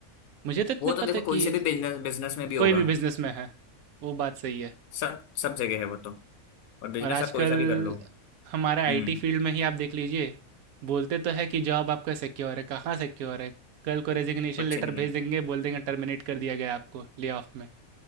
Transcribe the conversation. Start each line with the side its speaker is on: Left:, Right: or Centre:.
Right: मुझे तो इतना
Left: वो तो
Right: पता
Left: देखो
Right: है
Left: कोई
Right: कि
Left: से भी बिजनेस बिजनेस में भी होगा
Right: कोई भी बिज़नेस में है, वो बात सही है।
Left: सब सब जगह है वो तो। और बिजनेस
Right: और आजकल
Left: आप कोई सा भी कर लो
Right: हमारा आईटी
Left: हम्म
Right: फील्ड में ही आप देख लीजिए, बोलते तो है कि जॉब आपका सिक्योर है, कहाँ सिक्योर है? कल को रेज़िग्नेशन
Left: कुछ
Right: लेटर
Left: नहीं है
Right: भेज देंगे, बोल देंगे टर्मिनेट कर दिया गया आपको, ले ऑफ में।